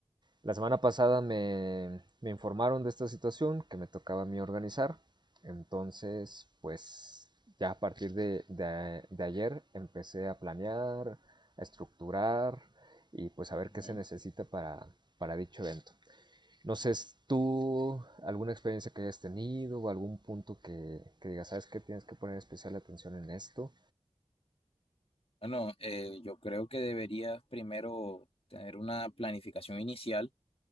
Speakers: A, on the right; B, on the left.
A: La semana pasada me, me informaron de esta situación que me tocaba a mí organizar. Entonces, pues ya a partir de, de- de ayer empecé a planear, a estructurar y pues a ver qué
B: ujú.
A: se necesita para, para dicho evento. No sé, s- tú alguna experiencia que hayas tenido o algún punto que, que digas, ¿sabes qué? Tienes que poner especial atención en esto.
B: Bueno, eh, yo creo que deberías primero tener una planificación inicial